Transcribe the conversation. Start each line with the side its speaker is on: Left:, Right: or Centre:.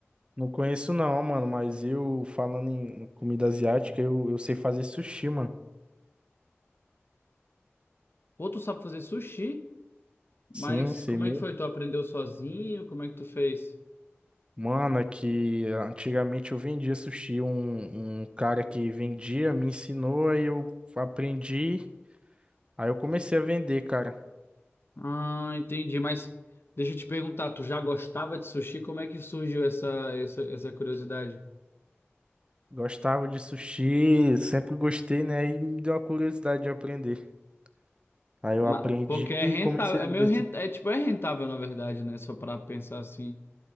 Right: Não conheço não, mano, mas eu falando em comida asiática, eu, eu sei fazer sushi, mano.
Left: Ou tu sabe fazer sushi,
Right: Sim,
Left: mas
Right: sei
Left: como
Right: mesmo.
Left: é que foi? Tu aprendeu sozinho? Como é que tu fez?
Right: Mano, é que antigamente eu vendia sushi, um, um cara que vendia me ensinou, aí eu aprendi, aí eu comecei a vender, cara.
Left: Ah, entendi, mas deixa eu te perguntar, tu já gostava de sushi? Como é que surgiu essa, essa, essa curiosidade?
Right: Gostava de sushi, sempre gostei, né? E me deu a curiosidade de aprender. Aí eu
Left: Ma-
Right: aprendi
Left: Porque é
Right: e
Left: rentável,
Right: comecei
Left: é
Right: a vender.
Left: meio rentável,
Right: su-
Left: é tipo, é rentável na verdade, né? Só pra pensar assim.